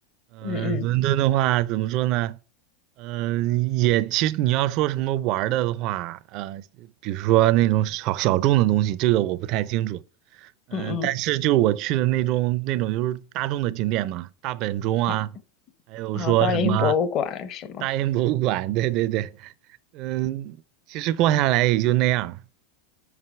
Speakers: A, on the right; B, on the left.
A: 嗯，
B: 嗯嗯
A: 伦敦的话怎么说呢？嗯，也其实你要说什么玩儿的的话，呃，比如说那种小小众的东西，这个我不太清楚。嗯，
B: 嗯嗯
A: 但是就是我去的那种那种就是大众的景点嘛，大本钟啊，
B: 啊
A: 还有说什么
B: 啊，大英博物馆是吗？
A: 大英博物馆，对对对，嗯，其实逛下来也就那样儿